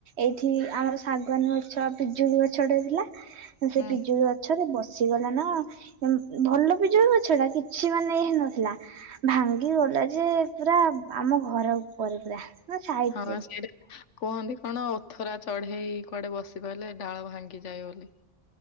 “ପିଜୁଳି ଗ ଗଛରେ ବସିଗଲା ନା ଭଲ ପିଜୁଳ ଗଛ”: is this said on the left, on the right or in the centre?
Right